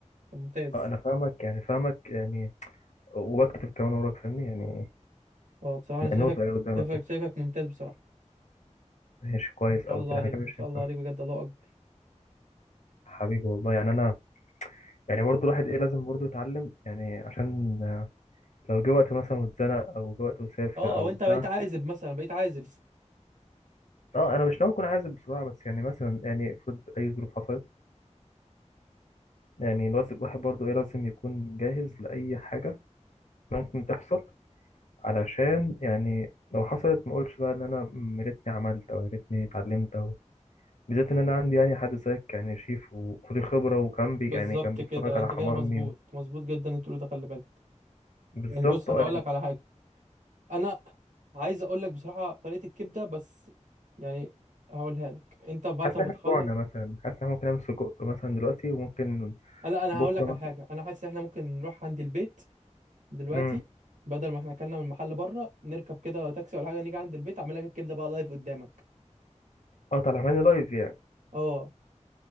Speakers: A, on the right; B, on the left.
A: طب ممتاز
B: اه انا فاهمك يعني فاهمك يعني وبكتب كمان وراك فاهمني يعني
A: اه بصراحه
B: منوط
A: انا شايفك
B: ايه قدامك
A: شايفك شايفك ممتاز بصراحه
B: ماشي كويس
A: ما
B: او
A: شاء الله
B: كده
A: عليك
B: احنا كده مش
A: ما شاء
B: هينفع
A: الله عليك بجد الله اكبر
B: حبيبي والله يعني انا يعني برضو الواحد ايه لازم برضو يتعلم يعني عشان لو جه وقت مثلا واتزنق او جه وقت وسافر
A: اه
B: او
A: او انت
B: بتاع
A: بقيت عازب مثلا بقيت عازب
B: اه انا مش ناوي اكون عازب بصراحه بس يعني مثلا يعني افرض اي ظروف حصلت يعني الواحد الواحد برضو ايه لازم يكون جاهز لاي حاجه ممكن تحصل علشان يعني لو حصلت ما اقولش بقى ان انا يا ريتني عملت او يا ريتني اتعلمت او بالذات ان انا عندي يعني حد زيك يعني شيف وخد الخبره وكان بي
A: بالظبط
B: يعني كان بيتفرج
A: كده
B: على
A: انت
B: حمامي
A: كده مظبوط
B: و...
A: مظبوط جدا اللي بتقوله ده خلي بالك
B: بالظبط
A: يعني بص انا
B: اه
A: هقول
B: يعني
A: لك على حاجه انا عايز اقول لك بصراحه طريقه الكبده بس يعني هقولها لك انت بعد
B: حاسس ان
A: ما
B: احنا
A: بتخلص
B: جوعنا مثلا حاسس ان احنا ممكن نعمل سجق مثلا دلوقتي وممكن
A: آه، لا انا
B: بكره
A: هقول لك
B: مثلا
A: على حاجه انا حاسس ان احنا ممكن نروح عند البيت دلوقتي
B: امم
A: بدل ما احنا اكلنا من المحل بره نركب كده تاكسي ولا حاجه نيجي عند البيت اعمل لك الكبده بقى لايف قدامك
B: اه طالع معانا لايف يعني
A: اه